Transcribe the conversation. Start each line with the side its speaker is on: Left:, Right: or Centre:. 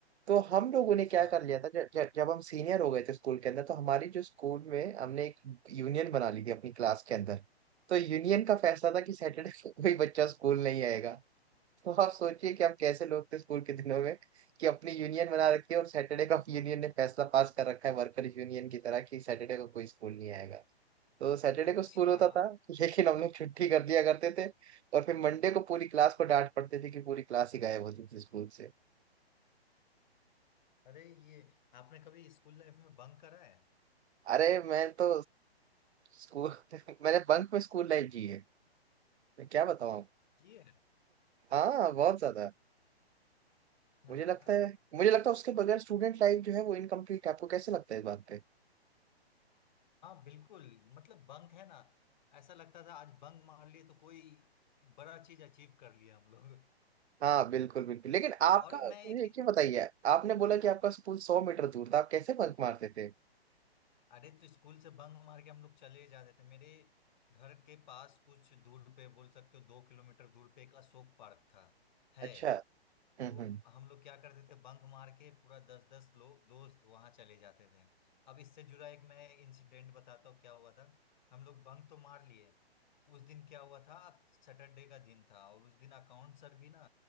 Right: तो हम लोगों ने क्या
Left: हाँ
Right: कर लिया था जब जब जब हम सीनियर हो गए थे स्कूल के अंदर तो हमारी जो स्कूल में हमने एक यूनियन बना ली थी अपनी क्लास के अंदर तो यूनियन का फैसला था कि सैटरडे को कोई बच्चा स्कूल नहीं आएगा <laughs> तो आप सोचिए कि आप कैसे लोग थे स्कूल के दिनों में कि अपनी यूनियन बना रखी है और सैटरडे का यूनियन ने फैसला पास कर रखा है वर्कर यूनियन की तरह कि सैटरडे को कोई स्कूल नहीं आएगा तो सैटरडे
Left: अच्छा
Right: को स्कूल होता था <laughs> लेकिन हम लोग छुट्टी कर दिया करते थे और फिर मंडे को पूरी क्लास को डांट पड़ती थी कि पूरी क्लास ही गायब होती थी स्कूल से
Left: अरे ये आपने कभी स्कूल लाइफ में बंक करा है
Right: अरे मैं तो स्कूल <laughs> मैंने बंक में स्कूल लाइफ जी है मैं क्या बताऊं आपको।
Left: किए
Right: हाँ बहुत ज्यादा
Left: हाँ
Right: मुझे लगता है मुझे लगता है उसके बगैर स्टूडेंट लाइफ जो है वो इनकम्प्लीट है आपको कैसे लगता है इस बात पे?
Left: बिल्कुल मतलब बंक है ना ऐसा लगता था आज बंक मार लिए तो कोई बड़ा चीज अचीव कर लिया हम लोग
Right: हाँ बिल्कुल बिल्कुल लेकिन आपका
Left: और
Right: मुझे
Left: मैं एक ही-
Right: एक चीज बताइए आपने बोला कि आपका स्कूल सौ मीटर दूर था आप कैसे बंक मारते थे
Left: अरे तो स्कूल से बंक मार के हम लोग चले जाते थे मेरे घर के पास कुछ दूर पे बोल सकते हो दो किलोमीटर दूर पे एक अशोक पार्क था है
Right: अच्छा हम्म
Left: तो
Right: हम्म
Left: हम लोग क्या करते थे बंक मार के पूरा दस दस लोग दोस्त वहां चले जाते थे अब इससे जुड़ा एक मैं इंसिडेंट बताता हूँ क्या हुआ था हम लोग बंक तो मार लिए उस दिन क्या हुआ था सैटरडे का दिन था और उस दिन अकाउंट सर भी ना